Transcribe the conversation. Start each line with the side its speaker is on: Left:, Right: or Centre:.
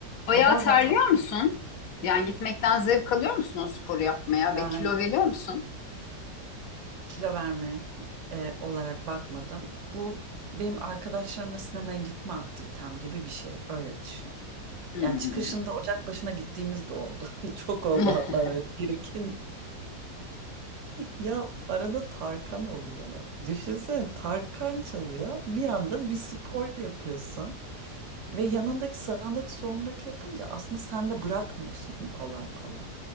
Left: Bayağı
Right: Ay bazen
Left: terliyor
Right: tar-
Left: musun? Yani gitmekten zevk alıyor musun o sporu yapmaya
Right: ben
Left: ve kilo veriyor musun?
Right: kilo verme e, olarak bakmadım. Bu benim arkadaşlarımla sinemaya gitme aktivitem gibi bir şey. Öyle düşün.
Left: Hmm.
Right: Yani çıkışında ocak başına gittiğimiz de oldu. <laughs> Çok oldu
Left: <laughs>
Right: hatta böyle bir iki. Ya arada Tarkan oluyor. Düşünsene Tarkan çalıyor. Bir anda bir spor yapıyorsun. Ve yanındaki sağındaki solundaki yapınca aslında sen de bırakmıyorsun kolay kolay.